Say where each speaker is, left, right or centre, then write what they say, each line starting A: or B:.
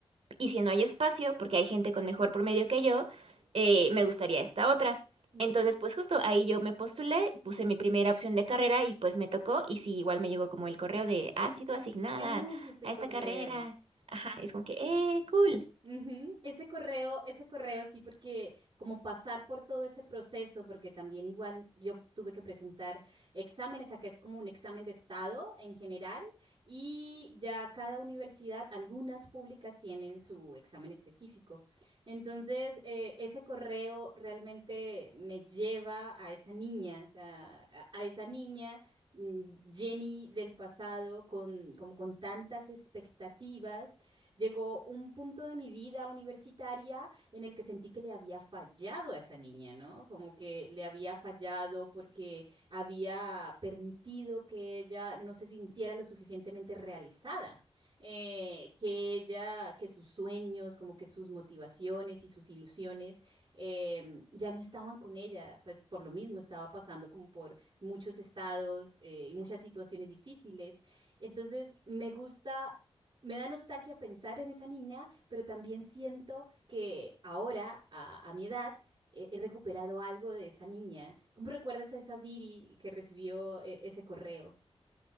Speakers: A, on the right; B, on the right.
A: y si no hay espacio, porque hay gente con mejor promedio que yo, eh, me gustaría esta otra.
B: ujú.
A: Entonces, pues justo ahí yo me postulé, puse mi primera opción de carrera y pues me tocó y sí, igual me llegó como el correo de, ha sido asignada
B: Ay, este
A: a
B: correo.
A: esta carrera. Ajá, y es como que, eh, cool.
B: Ujú, Ese correo, ese correo sí, porque como pasar por todo ese proceso, porque también igual yo tuve que presentar exámenes, acá es como un examen de estado en general, y ya cada universidad, algunas públicas tienen su examen específico. Entonces, eh, ese correo realmente me lleva a esa niña, o sea, a, a esa niña. mm, Jenny del pasado con, como con tantas expectativas Llegó un punto de mi vida universitaria en el que sentí que le había fallado a esa niña, ¿no? Como que le había fallado porque había permitido que ella no se sintiera lo suficientemente realizada, eh, que ella, que sus sueños, como que sus motivaciones y sus ilusiones em, ya no estaban con ella, pues por lo mismo estaba pasando como por muchos estados eh, y muchas situaciones difíciles. Entonces, me gusta me da nostalgia pensar en esa niña, pero también siento que ahora, a, a mi edad, eh, he recuperado algo de esa niña. ¿Cómo recuerdas a esa Viri que recibió eh, ese correo?